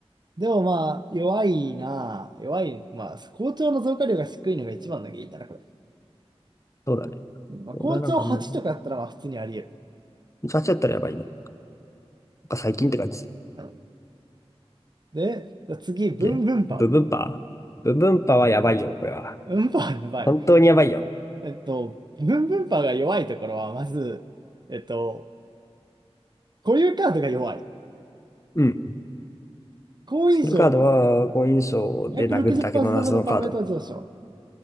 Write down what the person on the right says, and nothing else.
でもまあ、弱いなあ、弱い、まあ、好調の増加量が低いのが一番の原因だな、これ。
まあ、
校長8とかだったらまあ普通にあり
得る。で、じゃあ次、ブンブンパ
ウ。ブンパウやばい。
えっと、ブンブンパウが弱いところは、まず、えっと、固有カードが弱い。
好印象の
160%分のパラメータ上昇。